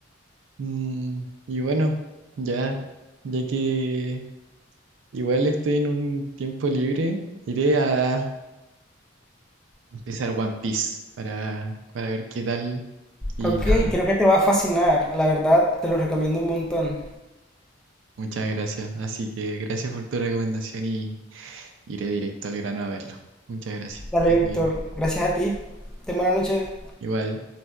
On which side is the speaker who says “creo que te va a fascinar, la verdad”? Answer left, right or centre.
Centre